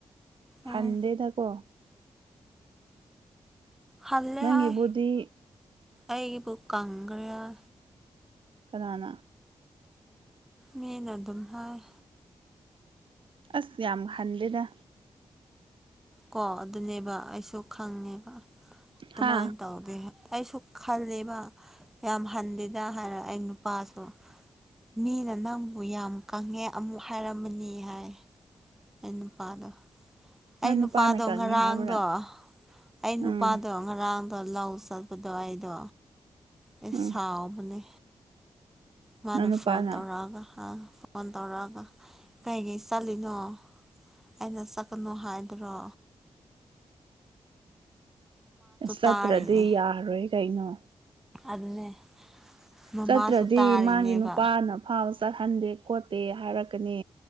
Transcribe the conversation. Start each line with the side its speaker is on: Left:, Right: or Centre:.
Right: ꯍꯟꯗꯦꯗꯀꯣ
Centre: ꯑꯥ ꯍꯜꯂꯦ
Right: ꯅꯪꯒꯤ
Centre: ꯍꯥꯏꯏ
Right: ꯕꯣꯗꯤ
Centre: ꯑꯩꯕꯨ ꯀꯪꯈ꯭ꯔꯦ ꯍꯥꯏ
Right: ꯀꯅꯥꯅ
Centre: ꯃꯅ ꯑꯗꯨꯝ ꯍꯥꯏꯥꯏ
Right: ꯑꯁ ꯌꯥꯝ ꯍꯟꯗꯦꯅꯦ
Centre: ꯀꯣ ꯑꯗꯨꯅꯦꯕ ꯑꯩꯁꯨ ꯈꯪꯉꯦꯕ ꯑꯗꯨꯃꯥꯏꯅ
Right: ꯍꯥ
Centre: ꯇꯧꯗꯦ ꯑꯩꯁꯨ ꯈꯜꯂꯦꯕ ꯌꯥꯝ ꯍꯟꯗꯦꯗ ꯍꯥꯏꯔ ꯑꯩ ꯅꯨꯄꯥꯁꯨ ꯃꯤꯅ ꯅꯪꯕꯨ ꯌꯥꯝ ꯀꯪꯉꯦ ꯑꯃꯨꯛ ꯍꯥꯏꯔꯝꯃꯅꯤ ꯍꯥꯏ ꯏ ꯅꯨꯄꯥꯗ
Right: ꯅꯪ
Centre: ꯑꯩ ꯅꯨꯄꯥꯗꯣ
Right: ꯅꯨꯄꯥꯅ ꯀꯪꯉꯦ
Centre: ꯉꯔꯥꯡꯗꯣ
Right: ꯍꯥꯏꯕ꯭ꯔꯥ
Centre: ꯑꯩ ꯅꯨꯄꯥꯗꯣ
Right: ꯎꯝ
Centre: ꯉꯔꯥꯡ ꯑꯗꯣ ꯂꯧ ꯆꯠꯄꯗꯣ ꯑꯩꯗꯣ ꯑꯩ
Right: ꯎꯝ
Centre: ꯁꯥꯎꯕꯅꯦ ꯃꯥꯅꯦ
Right: ꯅꯪ ꯅꯨꯄꯥꯅ
Centre: ꯐꯣꯟ ꯇꯧꯔꯑꯒ ꯍꯥ ꯐꯣꯟ ꯇꯧꯔꯛꯑꯒ ꯀꯩꯀꯩ ꯆꯠꯂꯤꯅꯣ ꯑꯩꯅ ꯆꯠꯀꯅꯨ ꯍꯥꯏ ꯄꯇ꯭ꯔꯣ
Right: ꯑꯁ
Centre: ꯇꯥꯔꯤꯅꯦ
Right: ꯆꯠꯇ꯭ꯔꯗꯤ ꯌꯥꯔꯣꯏ ꯀꯩꯅꯣ
Centre: ꯑꯗꯨꯅꯦ ꯃꯃꯥꯁꯨ
Right: ꯆꯠꯇ꯭ꯔꯗꯤ
Centre: ꯇꯥꯔꯤꯅꯦꯕ
Right: ꯃꯥꯒꯤ ꯅꯨꯄꯥꯅ ꯐꯥꯎ ꯆꯠꯍꯟꯗꯦ ꯈꯣꯠꯇꯦ ꯍꯥꯏꯔꯛꯀꯅꯤ